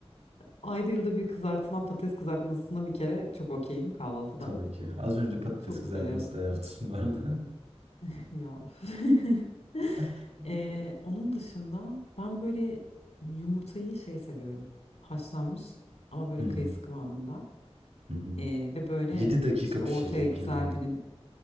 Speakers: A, on the left; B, on the right.
A: Ayda yılda bir kızartılan patates kızartmasına bir kere çok okeyim kahvaltıda.
B: Tabii ki. Az önce patates
A: Çok
B: kızartması
A: mutlu ediyorum.
B: da yaptım vardı.
A: <laughs> Ya. üf. <laughs>
B: <laughs>
A: Ee, onun dışında ben böyle yumurtayı şey seviyorum. Haşlanmış ama böyle
B: Hı hı.
A: kayısı kıvamında.
B: Hı hı.
A: Ee, ve böyle
B: 7 dakika
A: işte
B: pişecek
A: ortaya güzel
B: gibi mi?
A: dilim